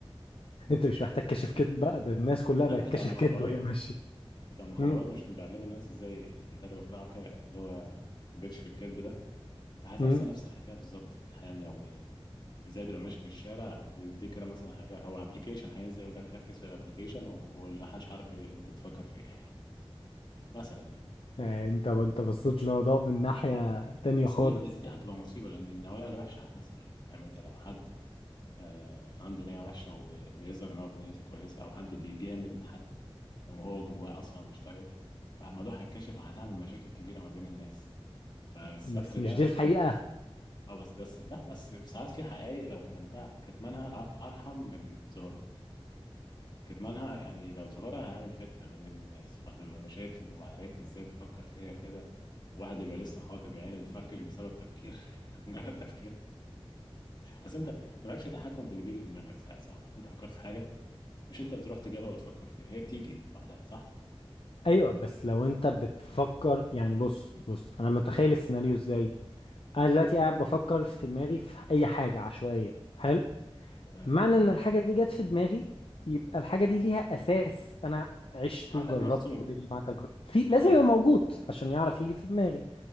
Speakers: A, on the left; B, on the left.
A: انت مش محتاج
B: فعارف
A: كشف كذب بقى ده الناس كلها بقت
B: بتاع
A: كشف
B: المخابرات
A: كذب وهي ماشيه
B: بتاع المخابرات
A: مم.
B: مش كان بيعلموا الناس ازاي يقدروا يخدعوا كده، اللي هو البيكش في الكذب ده فهتحصل
A: مم.
B: نفس الحكايه بالظبط في الحياه اليوميه ازاي تبقى ماشي في الشارع ويديك كده مثلا حاجه او ابلكيشن هينزل يقول لك ركز في الابلكيشن ومحدش عارف إيه انت بتفكر في ايه <laughs> مثلا يعني
A: آه، انت وانت بصيت للموضوع من ناحيه تانية
B: بس
A: خالص
B: دي دي دي هتبقى مصيبه لان النوايا الوحشه هتظهر فاهم انت لو حد آه عنده نيه وحشه وبيظهر ان هو بنيته كويسه او حد بيجامل حد لما هو جواه اصلا مش طايقه فالموضوع هيتكشف وهتعمل مشاكل كبيره ما بين الناس فالستر
A: بس مش
B: ده
A: دي الحقيقه
B: اه بس ده الس- لا بس ساعات في حقائق لو كتمتها كتمانها أ- ارحم من ظهورها كتمانها يعني لو ظهرها هيعمل فتنة ما بين الناس وهتبقى مشاكل وعراك ازاي تفكر فيا كده واحد يبقى لسه خاطب يعني ويفركش بسبب تفكير <laughs> مجرد تفكير اصل انت مالكش تحكم في اللي بيجي في دماغك ساعات صح انت فكرت في حاجة مش انت بتروح تجيبها وتفكر فيها هي بتيجي لوحدها صح
A: ايوه بس لو انت بتفكر يعني بص بص انا متخيل السيناريو ازاي انا دلوقتي قاعد بفكر في دماغي في اي حاجه عشوائيه حلو
B: تمام
A: معنى ان الحاجه دي جت في دماغي يبقى الحاجه دي ليها اساس انا عشته
B: عندك
A: جربته
B: مخزون
A: ليا مع تجربه في لازم
B: اه
A: يبقى موجود عشان يعرف يجي في دماغي